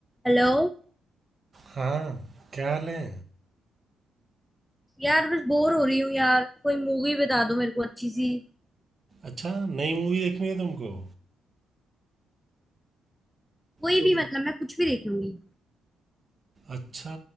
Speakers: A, in the centre; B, on the right.
A: Hello
B: हाँ क्या हाल है
A: यार बस bore हो रही हूँ यार कोई मूवी बता दो मेरे को अच्छी सी
B: अच्छा नई मूवी देखनी है तुमको
A: कोई
B: तो
A: भी मतलब मैं कुछ भी देख लूंगी
B: अच्छा